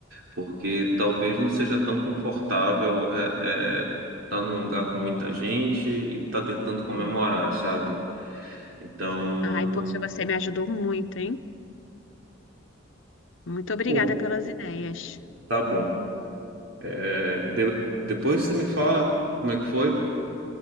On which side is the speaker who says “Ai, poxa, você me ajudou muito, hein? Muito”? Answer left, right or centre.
Left